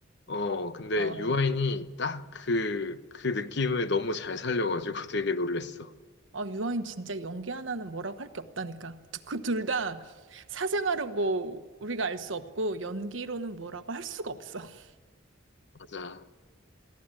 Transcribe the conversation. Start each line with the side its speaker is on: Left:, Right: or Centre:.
Left: 어, 근데
Right: 어.
Left: 유아인이 딱 그, 그 느낌을 너무 잘 살려가지고 <laughs> 되게 놀랬어.
Right: 아, 유아인 진짜 연기 하나는 뭐라고 할 게 없다니까. 그 둘 다 사생활은 뭐 우리가 알 수 없고 연기로는 뭐라고 할 수가 없어. <laughs>
Left: 맞아.